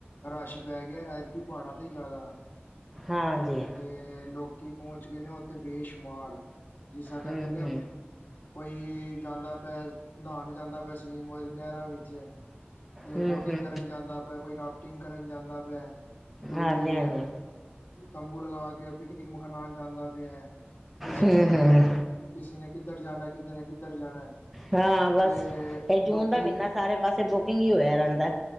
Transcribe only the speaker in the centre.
ਹਾਂਜੀ
ਹੂੰ-ਹੂੰ,
ਹੂੰ-ਹੂੰ
ਹਾਂਜੀ-ਹਾਂਜੀ
ਹੂੰ-ਹੂੰ
ਹਾਂ ਬਸ
ਇਹ ਜੂਨ
ਦਾ ਮਹੀਨਾ ਸਾਰੇ ਪਾਸੇ ਬੁਕਿੰਗ ਹੀ ਹੋਇਆ ਰਹਿੰਦਾ